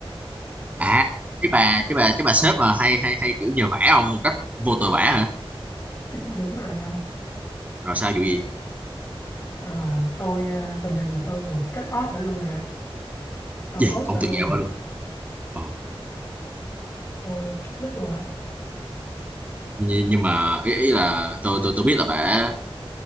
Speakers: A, on the right; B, on the left.
A: À, cái bà cái bà cái bà sếp mà hay hay hay kiểu nhờ vả ông một cách vô tội vả hả?
B: <laughs> Đúng rồi không
A: Rồi sao vụ gì?
B: Ờ, Tôi à, tình hình là tôi vừa kết off bà luôn rồi không Tôi
A: Gì?
B: ghost
A: Ông
B: bà luôn
A: tuyệt giao
B: rồi
A: bà luôn. Ồ,
B: Tôi cắt đứt luôn không
A: nhưng, nhưng mà ý ý là tôi tôi tôi biết là bà